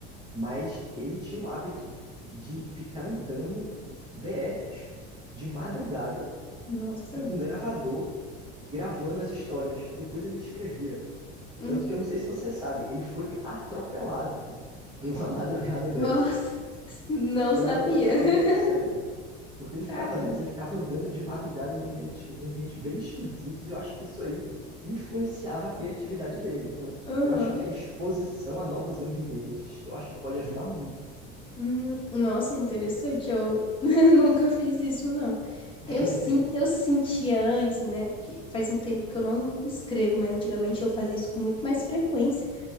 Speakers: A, on the right; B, on the left.
A: mas ele tinha o hábito de ficar andando BRs de madrugada
B: Nossa.
A: e com gravador gravando as histórias. E depois ele escrevia.
B: Hum.
A: Tanto que eu não sei se você sabe, ele foi atropelado <laughs> numa madrugada dessas.
B: Nossa, <laughs> não
A: Foi
B: sabia.
A: um atropelamento
B: <laughs>
A: sério. Porque ele ficava
B: Caramba.
A: fazendo isso, ele ficava andando de madrugada num ambiente, num ambiente bem esquisitos, e eu acho que isso aí influenciava a criatividade dele. Então,
B: Aham.
A: eu acho que a exposição a novos ambientes, eu acho que pode ajudar muito.
B: Hum, Nossa, interessante. Eu <laughs> nunca fiz isso, não.
A: <laughs>
B: Eu, sim, eu sentia antes, né? Porque faz um tempo que eu não escrevo, mas antigamente eu fazia isso com muito mais frequência.